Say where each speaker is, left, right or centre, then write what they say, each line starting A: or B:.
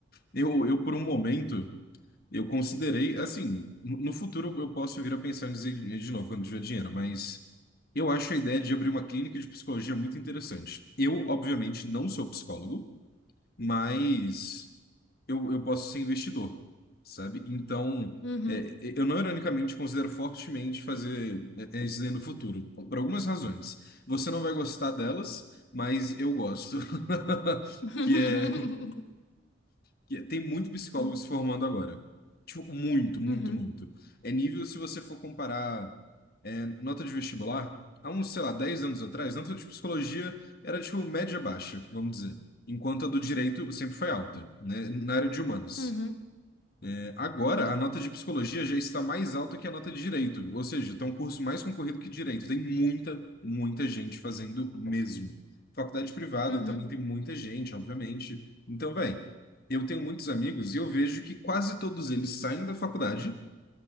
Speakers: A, on the left; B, on the left.
A: E Eu, eu, eu, por um momento, eu considerei, assim, no no futuro eu posso vir a pensar em dizer de novo quando tiver dinheiro, mas eu acho a ideia de abrir uma clínica de psicologia muito interessante. Eu, obviamente, não sou psicólogo, mas eu, eu posso ser investidor, sabe? Então,
B: Uhum.
A: é, é, eu não ironicamente considero fortemente fazer é, é, isso aí no futuro, por algumas razões. Você não vai gostar delas, mas eu gosto. <laughs>
B: <laughs>
A: Que é, que é- tem muito psicólogo
B: Hum,
A: se formando agora. Tipo, muito, muito,
B: Uhum.
A: muito. É nível se você for comparar é, nota de vestibular, há uns, sei lá, 10 anos atrás, nota de psicologia era tipo média baixa, vamos dizer. Enquanto a do direito sempre foi alta, né? Na área de humanos.
B: Uhum.
A: É, agora,
B: Uhum.
A: a nota de psicologia já está mais alta que a nota de direito, ou seja, está um curso mais concorrido que direito. Tem muita, muita gente fazendo mesmo. Faculdade privada
B: Uhum.
A: também tem muita gente, obviamente. Então, velho, eu tenho muitos amigos e eu vejo que quase todos eles saem da faculdade